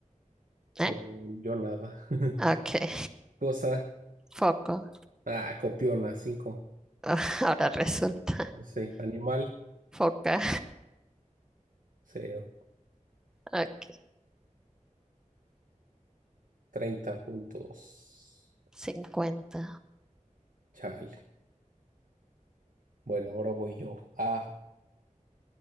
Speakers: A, in the centre; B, on the right.
A: ¿eh?
B: yo, yo nada. <laughs>
A: Ok.
B: Cosa.
A: Foco,
B: Ah, copiona, cinco,
A: <laughs> ahora resulta.
B: No sé. Animal,
A: Foca,
B: cero.
A: ok.
B: Treinta puntos.
A: cincuenta
B: Chale. Bueno, ahora voy yo. A,